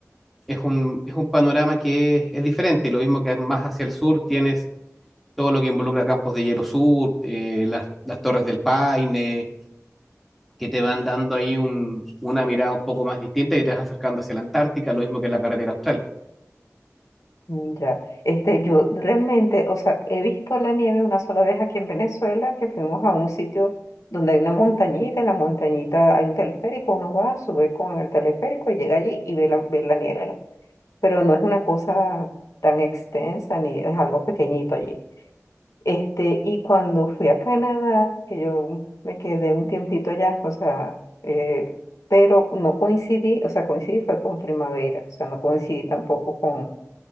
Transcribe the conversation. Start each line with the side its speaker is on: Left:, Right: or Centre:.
Centre: es un, es un panorama que es, es diferente. Lo mismo que más hacia el sur tienes todo lo que involucra campos de hielo sur, eh, las, las torres del Paine, que te van dando ahí un- una mirada un poco más distinta y te vas acercando hacia la Antártica, lo mismo que la carretera austral.
Left: mm, Ya. Este, yo realmente, o sea, he visto la nieve una sola vez aquí en Venezuela, que fuimos a un sitio donde hay una montañita, en la montañita hay un teleférico, uno va, sube con el teleférico y llega allí y ve la, ve la nieve. ¿no? Pero no es una cosa tan extensa ni es algo pequeñito allí. Este, y cuando fui a Canadá, que yo me quedé un tiempito allá, o sea, eh, pero no coincidí, o sea, coincidí fue con primavera, o sea, no coincidí tampoco con,